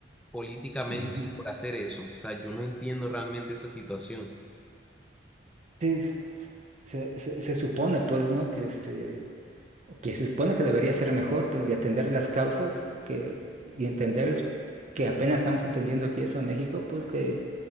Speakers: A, in the centre; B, on the right.
A: políticamente
B: ujú.
A: por hacer eso. O sea, yo no entiendo realmente esa situación.
B: Sí, s- s- se, se- se supone, pues, ¿no? Que este, o que se supone que debería ser mejor, pues, y atender las causas que, y entender que apenas estamos entendiendo aquí eso en México, pues, que